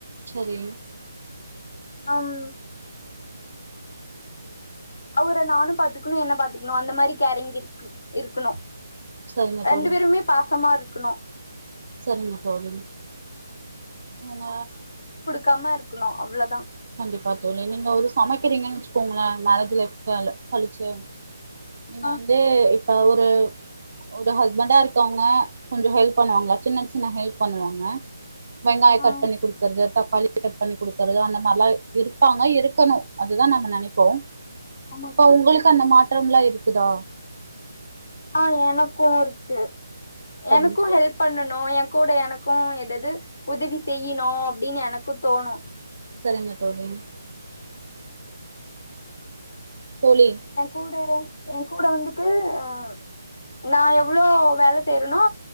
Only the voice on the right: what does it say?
சரி
சரிங்க
தோழி
சரிங்க தோழி உங்க
கண்டிப்பா தோழி நீங்க ஒரு சமைக்கிறீங்கன்னு வச்சுக்கோங்களேன் மேரேஜ் லைஃப் கழிச்சு நீங்க
வந்து இப்ப ஒரு ஒரு ஹஸ்பண்டா இருக்கவங்க கொஞ்சம் ஹெல்ப் பண்ணுவாங்களா சின்ன சின்ன ஹெல்ப் பண்ணுவாங்க வெங்காயம்
கட் பண்ணி கொடுக்கறது தக்காளி கட் பண்ணிடுக்கற அந்த மாதிரி இருப்பாங்க இருக்கணும். அதுதான் நம்ம நினைப்போம்.
இப்ப உங்களுக்கு அந்த மாட்டு <unintelligible> ம்லாம் இருக்குதா
சரிங்க
தோழி
சரிங்க தோழி தோழி